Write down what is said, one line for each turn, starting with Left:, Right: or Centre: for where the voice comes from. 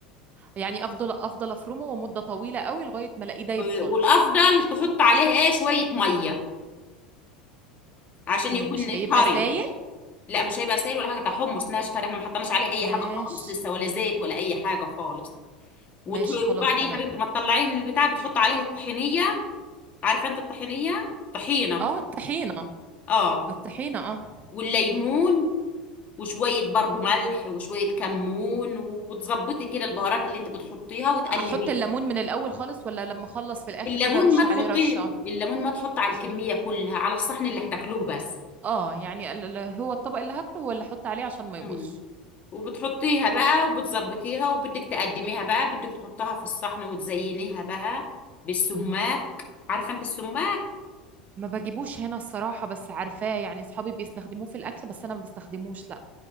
Right: يعني افضل افضل افرمه ومده طويله قوي لغايه ما الاقيه دايب
Left: آه،
Right: خالص
Left: والافضل تحط عليه ايه شويه ميه عشان
Right: إيه
Left: يكون
Right: مش هيبقى
Left: طري
Right: سايل
Left: لا مش هيبقى سائل ولا حاجه ده حمص ناشفه ده احنا ما حطيناش عليه اي
Right: ماشي
Left: حاجه خالص لسه ولا زيت ولا اي حاجه خالص وت-
Right: ماشي خلاص
Left: وبعدين
Right: تمام
Left: يا حبيبتي ما تطلعيه من البتاع بتحط عليه الطحينيه عارفه انت الطحينيه طحينه
Right: اه الطحينه
Left: اه
Right: الطحينه اه
Left: والليمون وشويه برضو ملح وشويه كمون وتظبطي كده البهارات اللي انت بتحطيها وتقلبيه
Right: احط الليمون من الاول خالص ولا لما اخلص في الاخر
Left: الليمون
Right: كده ارش
Left: ما تحطيه
Right: عليه رشه
Left: الليمون ما تحط على الكميه كلها على الصحن اللي هتاكلوه بس
Right: اه يعني ال- ال- هو الطبق اللي هاكله هو اللي احط عليه عشان ما يبصش
Left: مم. وبتحطيها بقى وبتظبطيها وبدك تقدميها بقى بدك تحطها في الصحن وتزينيها بقى بالسماك عارفة انت السماك
Right: ما بجيبوش هنا الصراحة بس عارفاه يعني صحابي بيستخدموه في الأكل بس أنا ما بستخدموش لا